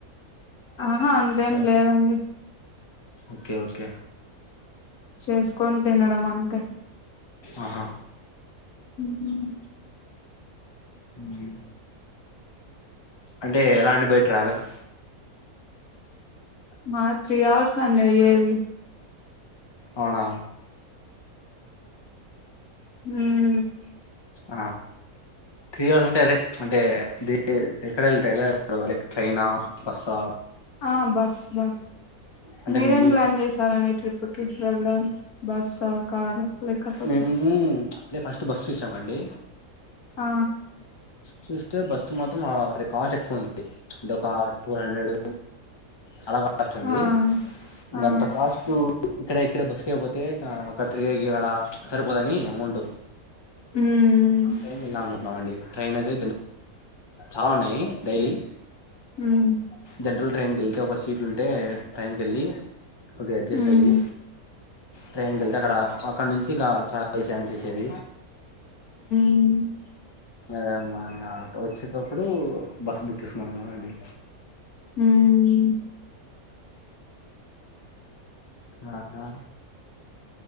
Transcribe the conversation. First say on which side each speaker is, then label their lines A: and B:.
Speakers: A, on the left (about 85°); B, on the left (about 20°).
A: ఆహా అంతేం
B: కదా?
A: లేదండి
B: ఓకే ఓకే
A: చేసుకొని తినడం అంటే
B: ఆహా
A: మ్
B: మ్ అంటే ఎలా అండి బై ట్రావెల్
A: మాది త్రీ అవర్స్ అండి ఏవి
B: అవునా
A: మ్
B: ఆ త్రీ అవర్స్ అంటే అదే అంటే ది ఎక్కడ వెళతే ఎలా వెళ్తవ్ లైక్ ట్రైనా బస్సా
A: ఆ బస్ బస్
B: అంటే
A: మీరేం
B: మీ
A: ప్లాన్ చేసారండి ట్రిప్ కి వెళ్ళడానికి బస్సా కారా లేక్కపోతే
B: మేము ఫస్ట్ బస్ చూసామండి
A: ఆ
B: చూస్తే బస్ మాత్రం ర కాస్ట్ ఎక్కువ ఉంది అంటే ఒక టూ హండ్రెడ్ చాలా కాస్ట్ ఉంది
A: ఆ
B: ఇకంత
A: ఆ
B: కాస్టూ ఇక్కడ ఇక్కడ బస్ లేకపోతే అక్కడ తిరిగేకి అక్కడ సరిపోదని అమౌంట్
A: మ్మ్
B: ఏం తిన్ల అండి ట్రైన్ అయితే చాలా ఉన్నాయి డైలీ
A: మ్
B: జనరల్ ట్రైన్కి వెళ్తే ఒక సీట్ ఉంటే ట్రైన్కి వెళ్ళి కొద్దిగా అడ్జస్ట్
A: మ్మ్
B: అయ్యి ట్రైన్కి వెళ్తే అక్కడ అక్కడ నుంచి ఇంక ట్రావెల్స్ ఆన్ చేసేది
A: మ్
B: అదేమ్మా ఇంగ వచ్చేటప్పుడు బస్ బుక్ చేసుకున్నాను అండి
A: మ్
B: అ... ఆ